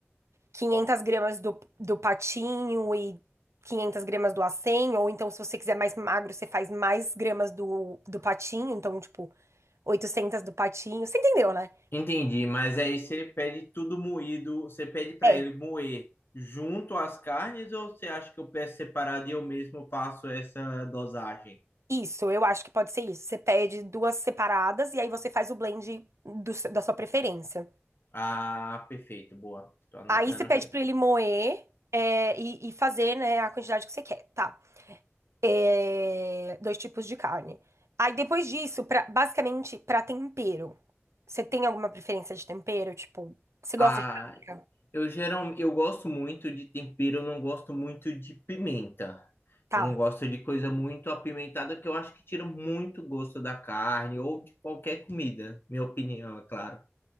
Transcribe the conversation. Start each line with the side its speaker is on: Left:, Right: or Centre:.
Right: 500 gramas do, do patinho e 500 gramas do acém. Ou então, se você quiser mais magro, você faz mais gramas do, do patinho. Então, tipo, 800 do patinho. Você entendeu, né?
Left: Entendi, mas aí você pede tudo moído, você pede para
Right: É,
Left: ele moer junto às carnes ou você acha que eu peço separado e eu mesmo faço essa dosagem?
Right: isso, eu acho que pode ser isso. Você pede duas separadas e aí você faz o blend do se- da sua preferência.
Left: Ah, perfeito, boa. Tô anotando
Right: Aí você
Left: aqui.
Right: pede pra ele moer é, e, e fazer, né, a quantidade que você quer, tá? É, dois tipos de carne. Aí depois disso, pra- basicamente, pra tempero. Você tem alguma preferência de tempero? Tipo, você
Left: Ah,
Right: gosta de páprica?
Left: Eu geral, eu gosto muito de tempero, eu não gosto muito de pimenta.
Right: Tá.
Left: Eu não gosto de coisa muito apimentada, que eu acho que tira muito gosto da carne ou de qualquer comida, minha opinião, é claro.